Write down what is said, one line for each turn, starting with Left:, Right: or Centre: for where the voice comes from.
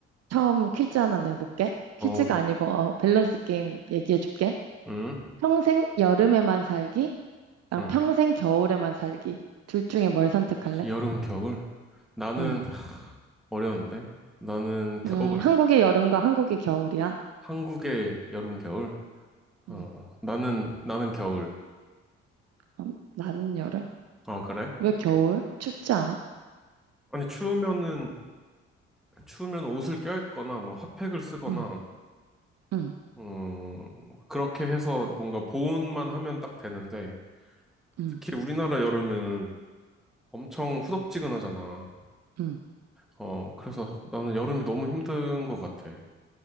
Right: 처음 퀴즈 하나 내볼게.
Centre: 어,
Right: 퀴즈가 아니고, 어, 밸런스 게임 얘기해줄게.
Centre: 응,
Right: 평생 여름에만 살기랑
Centre: 응.
Right: 평생 겨울에만 살기. 둘 중에 뭘 선택할래?
Centre: 여름, 겨울? 나는
Right: 음,
Centre: 어려운데? 나는 겨울.
Right: 음, 한국의 여름과 한국의 겨울이야.
Centre: 한국의 여름, 겨울? 어,
Right: 음,
Centre: 나는, 나는 겨울.
Right: 어, 나는 여름.
Centre: 아, 그래?
Right: 왜 겨울? 춥지 않아?
Centre: 아니, 추우면은, 추우면 옷을 껴입거나, 뭐, 핫팩을 쓰거나,
Right: 응, 응,
Centre: 음, 그렇게 해서 뭔가 보온만 하면 딱 되는데,
Right: 응,
Centre: 특히 우리나라 여름은 엄청 후덥지근하잖아.
Right: 응.
Centre: 어, 그래서 나는 여름이 너무 힘든 것 같아.